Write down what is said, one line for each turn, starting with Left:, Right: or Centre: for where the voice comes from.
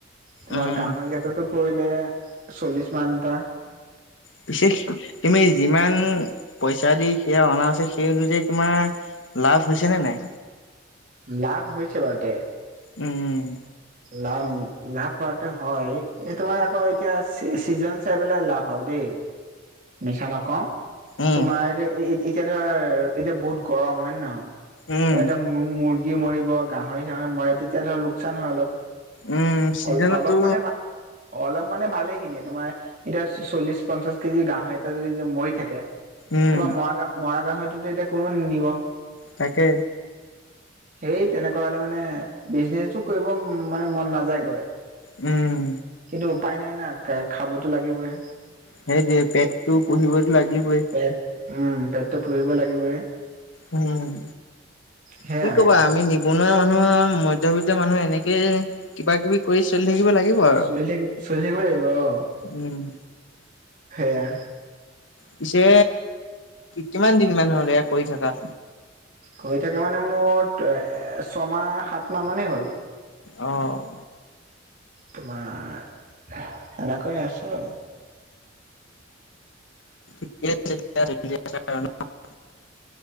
Right: তোমাৰ
Left: উম
Right: গাহৰিকেইটাটো পৰিলে চল্লিশ মান এটা
Left: পিছে তুমি যিমান পইচা দি সেয়া অনা আছে সেই অনুযায়ী তোমাৰ লাভ হৈছে নে নাই?
Right: লাভ হৈছে বাৰুতে।
Left: উম, উম।
Right: লাভ লাভ হোৱাটো হয়, এই তোমাৰ আকৌ এতিয়া চিজন চাই পেলাই লাভ হয় দেই, মিছা নকওঁ।
Left: উম,
Right: তোমাৰ এতিয়া, এতিয়া ধৰা এতিয়া বহুত গৰম হয় নে নহয়?
Left: উম,
Right: তোমাৰ এতিয়া মুৰ্গী মৰিব, গাহৰি চাহৰি মৰে, তেতিয়া ধৰ লোকচান হয় অলপ।
Left: উম, চিজনতো
Right: অ' অলপ মানে ভা অলপ মানে ভালেখিনিয়ে তোমাৰ, এতিয়া চল্লিশ পঞ্চাশ কেজি গাহৰি এটা যদি মৰি থাকে
Left: উম,
Right: তোমাৰ মৰা গা মৰা গাহৰিটো এতিয়া কোনোও নিনিব।
Left: তাকে।
Right: সেই তেনেকুৱা হ'লে মানে বিজনেচটো কৰিব উম, মানে মন নাযায় গৈ।
Left: উম।
Right: কিন্তু উপায় নাই না খাবতো লাগিবয়ে।
Left: সেইযে পেটটো পুহিবতো লাগিবই।
Right: পেট উম, পেটটো পুহিব লাগিবই।
Left: উম,
Right: সেয়াই
Left: কি কবা
Right: আৰু
Left: আমি নিবনুৱা মানুহ, মধ্যবিত্ত মানুহে এনেকে কিবা কিবি কৰি চলি থাকিব লাগিব। আৰু
Right: চলি থাকি, চলি থাকিব লাগিব অ'।
Left: উম।
Right: সেয়া।
Left: পিছে কিমান দিনমান হ'ল এয়া কৰি থাকা?
Right: কৰি থাকা মানে মোৰ ছমাহ, সাতমাহ মানেই হ'ল।
Left: অ'।
Right: তোমাৰ এনেকৈয়ে আছোঁ আৰু।
Left: ঠিকে আছে, ঠিকে আছে <unintelligible>